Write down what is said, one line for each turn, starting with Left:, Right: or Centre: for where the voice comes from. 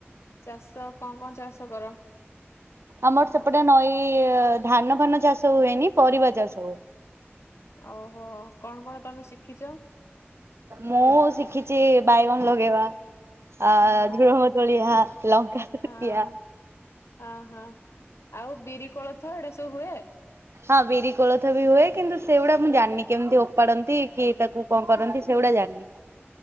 Left: ଚାଷ କଁ କଁ ଚାଷ କର?
Right: ଆମର ସେପଟେ ନଈ ଧାନ ଫାନ ଚାଷ ହୁଏନି ପରିବା ଚାଷ ହୁଏ।
Left: ଓହୋ କଣ କଣ ତମେ ଶିଖିଛ?
Right: ମୁଁ ଶିଖିଛି ବାଇଗଣ ଲଗେଇବା। ଆ
Left: ହଁ
Right: ଝୁଡଙ୍ଗ ତୋଳିଆ ଲଙ୍କା ତୋଳିଆ
Left: ହଁ ଅହଁ ଆଉ ବିରି, କୋଳଥ, ଏଡ଼ା ସବୁ ହୁଏ?
Right: ହଁ ହଁ ବିରି କୋଳଥ ବି ହୁଏ କିନ୍ତୁ ସେଗୁଡା ମୁଁ ଜାଣିନି କେମିତି ଓପାଡ଼ନ୍ତି କି ତାକୁ କଣ କରନ୍ତି ସେଗୁଡା ଜାଣିନି।